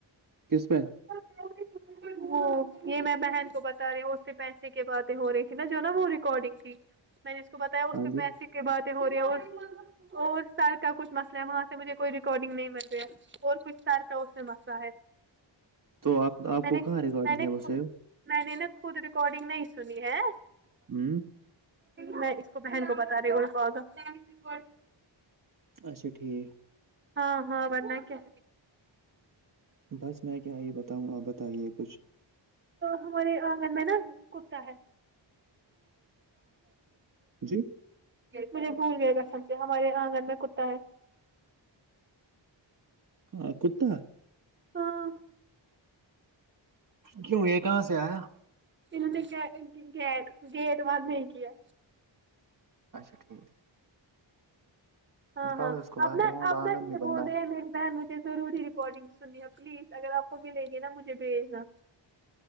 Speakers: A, on the right; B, on the right.
A: کس میں
B: <inaudible> وہ یہ میں بہن کو بتا رہی ہوں اس سے پیسے کی باتیں ہو رہی تھی نا جو نا وہ ریکارڈنگ تھی میں نے اس کو بتایا اس
A: ہاں
B: پہ
A: جی
B: پیسے کی باتیں ہو رہی اور اور سر کا کچھ مسئلہ وہاں سے مجھے کوئی ریکارڈنگ نہیں مل رہا اور کچھ سال کا اس سے مسہ ہے
A: تو آپ آپ
B: میں
A: کو
B: نے
A: کہاں ریکارڈنگ
B: میں نے
A: ہے بسو
B: خود میں نے نا خود ریکارڈنگ نہیں سنی ہے
A: ہوں
B: میں اس کو بہن کو بتا رہی ہ کو
A: اچھا ٹھیک
B: ہاں ہاں بنا کیا
A: بس میں کیا یہ بتاؤں آپ بتائیے کچھ
B: ہمارے آنگن میں نا کتا ہے
A: جی
B: مجھے بھول گیا گ سم سے ہمارے آنگن میں کتا ہے
A: ہاں کتا
B: ہاں
A: کیوں یہ کہاں سے آیا
B: انہوں نے کیا گیٹ گیٹ بد نہیں کیا
A: اچھا ٹھیک
B: ہاں
A: نکالو
B: ہاں
A: اس کو باہر
B: ابنا
A: یہاں
B: ابنا
A: آنگن
B: یہ
A: بھی بندہ
B: بول رہے ہیں میری بہن مجھے ضروری اکارڈنگ سن پلیز اگر آپ کو ملے گی نا مجھے بھیجنا